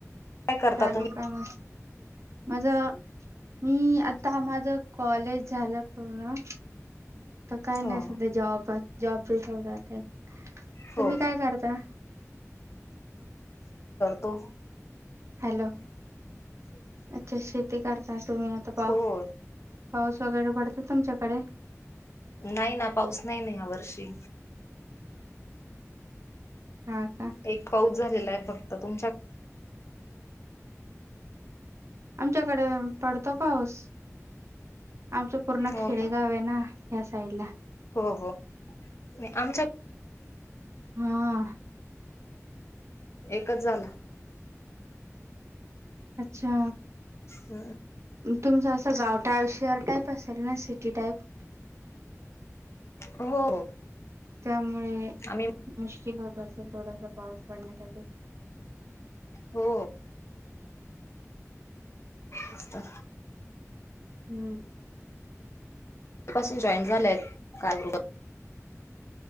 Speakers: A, on the left; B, on the right.
A: काय करता
B: चालू
A: तुम्ही
B: काम माझ मी आता माझ कॉलेज झालं पूर्ण तर काय
A: हो
B: नाही सध्या जॉब जॉबच शोधाचाय
A: हो
B: तुम्ही
A: का
B: काय करता
A: तो
B: हॅलो अच्छा शेती करता तुम्ही आता पा
A: हो
B: पाऊस वगैरे पडत तुमच्याकडे
A: नाही ना पाऊस नाही नाही या वर्षी
B: हा का
A: एक पाऊस झालेला आहे फक्त तुमच्या
B: आमच्याकडे पडतो पाऊस आमचं पूर्ण
A: हो
B: खेडेगाव
A: का
B: आहे ना या साइडला
A: हो हो नाही आमच्या
B: हा
A: एकच झालं
B: अच्छा
A: हम्
B: तुमचं असं गाव टाईप शेअर टाईप असेल ना सिटी टाईप
A: हो
B: त्यामुळे
A: आम्ही
B: मुश्किल होत असेल थोडासा पाऊस पडण्यासाठी.
A: हो अ
B: हम्म
A: पासून जॉईंट झालेय कार्यावर.